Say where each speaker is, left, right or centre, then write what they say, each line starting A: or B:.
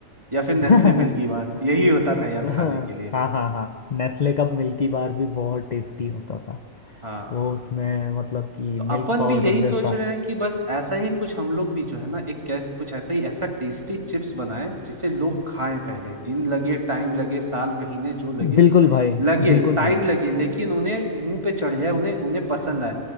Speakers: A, on the right (about 20°); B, on the left (about 45°).
A: या फिर नेस्ले
B: <laughs>
A: मिल्कीबार यही होता था यार खाने
B: हाँ
A: के लिए
B: हाँ हाँ नेस्ले का मिल्की बार भी बहुत टेस्टी होता था
A: हाँ
B: वो उसमें मतलब कि
A: तो
B: मिल्क
A: अपन
B: पाउडर
A: भी यही
B: जैसा
A: सोच रहे हैं कि बस ऐसा ही कुछ हम लोग भी जो है ना एक क्या- कुछ ऐसा ही ऐसा टेस्टी चिप्स बनाए जिसे लोग खाएं पहले दिन लगे टाइम लगे साल महीने जो लगे
B: बिल्कुल भाई
A: लगे
B: बिल्कुल
A: टाइम
B: भाई
A: लगे लेकिन उन्हें मुंह पे चढ़ जाए उन्हें उन्हें पसंद आए